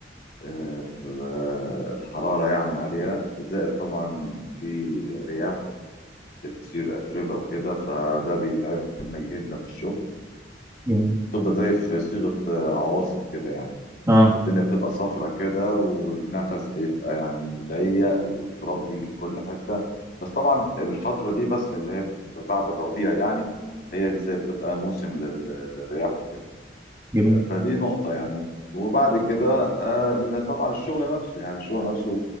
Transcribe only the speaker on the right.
جميل
اه
جميل